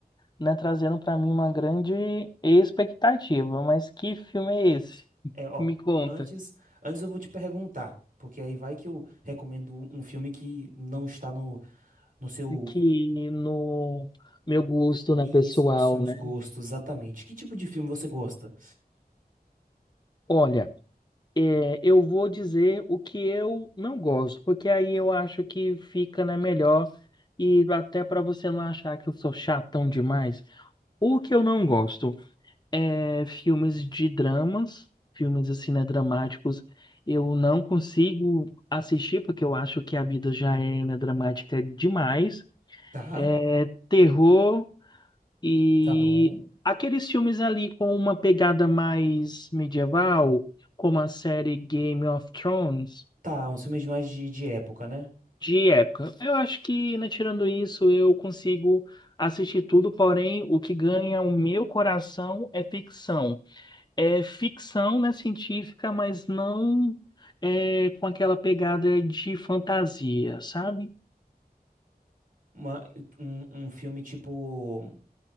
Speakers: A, on the left (about 25°); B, on the right (about 60°).
A: né, trazendo pra mim uma grande expectativa. Mas que filme é esse?
B: É, ó,
A: Me conta.
B: antes, antes eu vou te perguntar, porque aí vai que eu recomendo um um filme que não está no, no seu,
A: Que no meu gosto, né,
B: isso,
A: pessoal,
B: nos seus
A: né?
B: gostos, exatamente. Que tipo de filme você gosta?
A: Olha, é, eu vou dizer o que eu não gosto, porque aí eu acho que fica, né, melhor e até para você não achar que eu sou chatão demais. O que eu não gosto? é, filmes de dramas, filmes assim, né, dramáticos, eu não consigo assistir porque eu acho que a vida já é, né, dramática demais.
B: Tá,
A: É, terror e
B: tá bom.
A: aqueles filmes ali com uma pegada mais medieval, como a série Game of Thrones,
B: Tá, uns filmes mais de, de época, né?
A: de época. Eu acho que, né, tirando isso, eu consigo assistir tudo, porém, o que ganha o meu coração é ficção. é ficção, né, científica, mas não é com aquela pegada de fantasia, sabe?
B: Uma, um, um filme tipo.